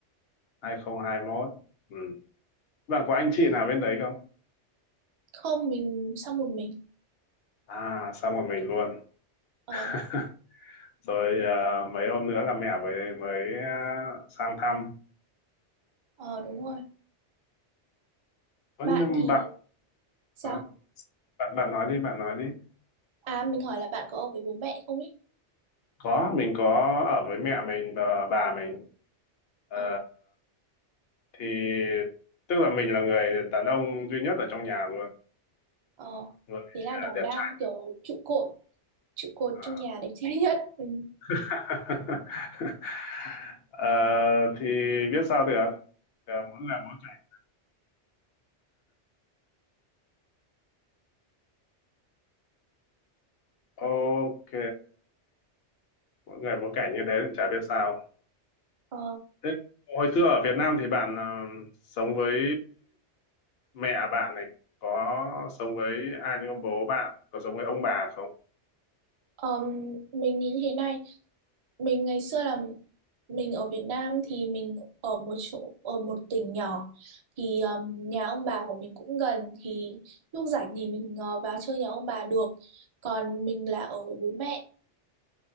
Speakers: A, on the left; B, on the right.
A: 2021. Ừ. Bạn có anh chị nào bên đấy không?
B: Không, mình sang một mình.
A: À, sang một mình luôn.
B: Ờ,
A: <laughs> Rồi à, mấy hôm nữa là mẹ mới mới à, sang thăm.
B: ờ đúng rồi.
A: Có
B: Bạn
A: nhưng
B: thì
A: bạn
B: sao?
A: à, bạn bạn nói đi, bạn nói đi.
B: À, mình hỏi là bạn có ở với bố mẹ không ý?
A: Có, mình có ở với mẹ mình và bà mình. Ờ,
B: Ờ.
A: thì tức là mình là người đàn ông duy nhất ở trong nhà luôn
B: Ờ,
A: người
B: thế là đảm
A: à, đẹp
B: đang
A: trai
B: kiểu trụ cột, trụ cột
A: à.
B: trong nhà đẹp trai nhất. <laughs> Ừ.
A: <laughs> Ờ, thì biết sao được Ờ, mỗi người mỗi cảnh ok mỗi người mỗi cảnh như thế thì chả biết sao
B: Ờ,
A: thế hồi xưa ở Việt Nam thì bạn ờ, sống với mẹ bạn này có sống với ai nữa không bố bạn có sống với ông bà không
B: ờm, mình nghĩ thế này, mình ngày xưa là mình ở Việt Nam thì mình ở một chỗ, ở một tỉnh nhỏ thì ờm, nhà ông bà của mình cũng gần thì lúc rảnh thì mình ờ, vào chơi nhà ông bà được. Còn mình là ở với bố mẹ.